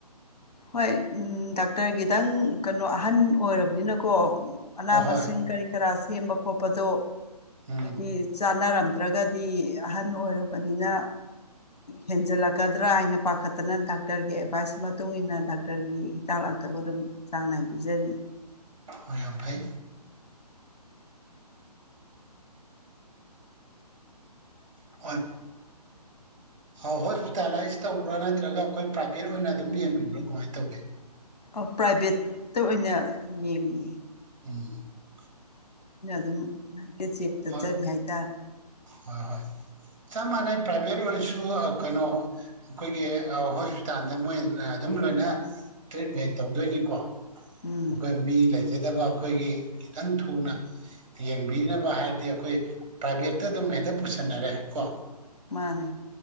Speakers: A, on the left; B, on the right.
A: ꯍꯣꯏ ꯗꯥꯛꯇꯔꯒꯤꯗꯪ ꯀꯩꯅꯣ ꯑꯍꯟ ꯑꯣꯏꯔꯕꯅꯤꯅꯀꯣ ꯃꯅꯥ
B: ꯑꯍꯣꯏ
A: ꯃꯁꯤꯡ ꯀꯔꯤ ꯀꯔꯥ ꯁꯦꯝꯕ ꯈꯣꯠꯄꯗꯣ
B: ꯎꯝ
A: ꯍꯥꯏꯗꯤ ꯆꯥꯅꯔꯝ ꯗ꯭ꯔꯒꯗꯤ ꯑꯍꯟ ꯑꯣꯏꯔꯕꯅꯤꯅ ꯍꯦꯟꯖꯜꯂꯛꯀꯗ꯭ꯔ ꯍꯥꯏꯅ ꯄꯈꯠꯇꯅ ꯗꯥꯛꯇꯔꯒꯤ ꯑꯦꯗꯚꯥꯏꯁ ꯃꯇꯨꯡ ꯏꯟꯅ ꯗꯥꯛꯇꯔꯒꯤ ꯍꯤꯗꯥꯛ ꯂꯥꯡꯊꯛ ꯑꯗꯨꯝ ꯆꯥꯡ ꯅꯥꯏꯅ ꯄꯤꯖꯔꯤ
B: ꯍꯣ ꯌꯥꯝ ꯐꯩ <unintelligible> ꯑꯧ ꯍꯣꯁꯄꯤꯇꯂꯥꯏꯁ ꯇꯧꯕ꯭ꯔꯥ ꯅꯠꯇ꯭ꯔꯒ ꯑꯩꯈꯣꯏ ꯄ꯭ꯔꯥꯏꯚꯦꯠ ꯑꯣꯏꯅ ꯑꯗꯨꯝ ꯌꯦꯡꯕꯤꯕ꯭ꯔ ꯀꯨꯃꯥꯏ ꯇꯧꯒꯦ
A: ꯑ ꯄ꯭ꯔꯥꯏꯚꯦꯠꯇ ꯑꯣꯏꯅ ꯌꯦꯡꯉꯦ
B: <inaudible>
A: ꯑꯗꯨꯝ ꯉꯥꯍꯥꯛꯇ ꯆꯦꯛꯇ ꯆꯠꯆꯂꯤ
B: ꯍꯣꯏ
A: ꯍꯥꯏꯇꯥꯔꯦ
B: ꯍꯣꯏ ꯍꯣꯏ ꯆꯞ ꯃꯥꯟꯅꯩ ꯄ꯭ꯔꯥꯏꯚꯦꯠ ꯑꯣꯏꯔꯁꯨ ꯀꯩꯅꯣ ꯑꯩꯈꯣꯏꯒꯤ ꯍꯣꯁꯄꯤꯇꯥꯜꯗ ꯃꯣꯏ ꯑꯗꯨꯝ ꯂꯣꯏꯅ ꯇ꯭ꯔꯤꯠꯃꯦꯟ ꯇꯧꯗꯣꯏꯅꯤꯀꯣ ꯑꯩꯈꯣꯏ
A: ꯎꯝ
B: ꯃꯤ ꯂꯩꯖꯗꯕ ꯑꯩꯈꯣꯏꯒꯤ ꯈꯤꯇꯪ ꯊꯨꯅ ꯌꯦꯡꯕꯤꯅꯕ ꯍꯥꯏꯔ ꯍꯥꯏꯗꯤ ꯑꯩꯈꯣꯏ ꯄ꯭ꯔꯥꯏꯚꯦꯠꯇ ꯑꯗꯨꯝ ꯍꯦꯛꯇ ꯄꯨꯁꯟꯅꯔꯦ ꯀꯣ
A: ꯃꯥꯅꯦ